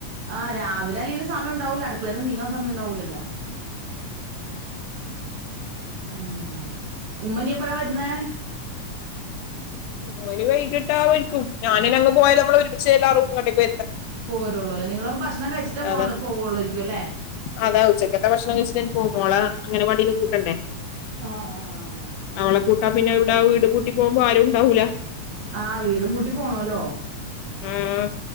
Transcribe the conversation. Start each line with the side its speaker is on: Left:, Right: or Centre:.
Right: ആഹ് രാവിലല്ലെലും സമയണ്ടാവുല്ല അടുക്ക്ളെന്ന്നീങ്ങാൻ സമയ്ണ്ടാവൂലല്ലോ ഉം ഉമ്മനിപ്പെഴാ വരുന്നേ
Left: ഓര് വൈകിട്ടാവൽക്കും ഞാനിനങ്ങ് പോയാല് നമ്മളൊര്മിച്ച്ല്ലാ റൂമുകണ്ടെക്
Right: പോരുള്ളൂല്ലേ നിങ്ങളപ്പം ഭക്ഷണം കഴിച്ച്ട്ടാപോവ്ള്ള്
Left: അതെ
Right: പോവുള്ളാര്ക്ക്വല്ലേ
Left: അതാ ഉച്ചക്കത്തെ ഭക്ഷണം കയ്ച്ച്ട്ടെന്നെ പോവു മോളെ അങ്ങനെവാടിന്ന് കൂട്ടണ്ടേ
Right: ആഹ് ആഹ്
Left: അവളെ കൂട്ടാ പിന്നവ്ടെ വീട് പൂട്ടിപോംമ്പോ ആരും ഉണ്ടാവൂല
Right: ആഹ് വീടുംപൂട്ടി പോണോല്ലോ
Left: ഉം